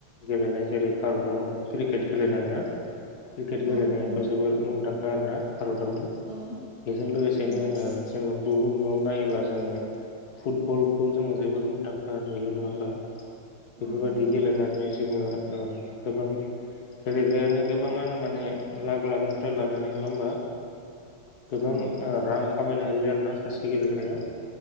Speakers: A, on the left (about 55°); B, on the right (about 75°).
A: गेलेनाय जेरै भारताव क्रिकेट गेलेनाय ना क्रिकेट
B: औ
A: गेलेनायाथ
B: नंगौ
A: जोबोर मुंदां आरोना भारतावनो
B: औ
A: बेजों लोगोसेनो
B: नंगौ
A: जोङो बुहुमाव नायोब्ला जोङो फुटबलखौ जोङो जोबोर मुंदांखा नुयो नङा होमबा। बेफोरबायदि
B: औ नंगौ
A: गेलेनानै जोङो ओ गोबां गेलेग्रायानो गोबाङानो माने लाख लाखनिफ्राय लानानै नङा होमबा? गोबां
B: औ
A: रां खामायनो हायो आरोना, सासे गेलेग्राया